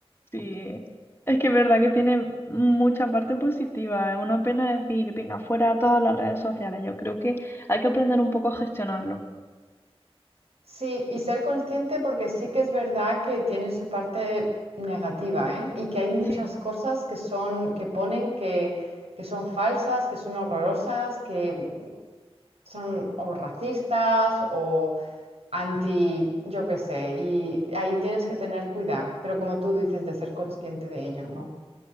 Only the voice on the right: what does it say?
Sí, y ser consciente porque sí que es verdad que tiene su parte negativa, ¿eh? Y que hay muchas
cosas que son, que ponen que, que son falsas, que son horrorosas, que son o racistas o anti, yo qué sé, y ahí tienes que tener cuidado, pero como tú dices, de ser consciente de ello, ¿no?